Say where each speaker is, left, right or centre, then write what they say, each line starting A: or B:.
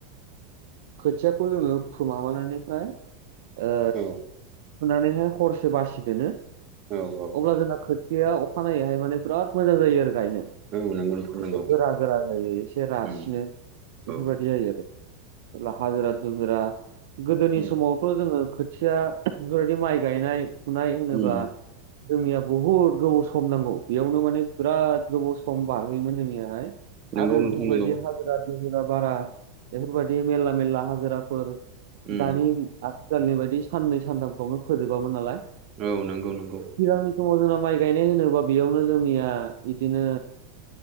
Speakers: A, on the right; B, on the right.
A: खोथियाखौ जोङो फु माबनायनिफ्राय ओ
B: औ
A: फुनानैहाय हरसे बासि दोनो
B: औ औ
A: अब्ला जोंना खोथ थिया अखानायैहाय माने बिराद मोजां जायो आरोख गायनो
B: औ नंगौ नोंथां
A: एसे
B: नंगौ
A: गोरा गोरा जायो एसे रासिनो
B: उम
A: बेफोरबायदि
B: औ
A: जायो आरो। जेला हाजिरा दुजिरा गोदोनि
B: उम
A: समावथ' जोङो खोथिया गोरदि माइ गायनाय फुनाय होनोब्ला
B: उम
A: जोंनिया बुहुद गोबाव सम नांगौ। बेयावनो माने बिराद गोबाव सम बारहोयोमोन जोंनियाहाय।
B: नंगौ
A: आरो
B: नोंथां
A: बेफोरबायदि
B: नंगौ
A: हाजिरा दुजिरा बारा बेफोरबायदि मेरला मेरला हाजिराफोर
B: उम
A: दानि आथिखालनि बायदि साननै सानथामफ्रावनो फोजोबामोन नालाय।
B: औ नंगौ नंगौ
A: सिगांनि समाव जोंना माइ गायनाय होनोब्ला बेयावनो जोंनिया बिदिनो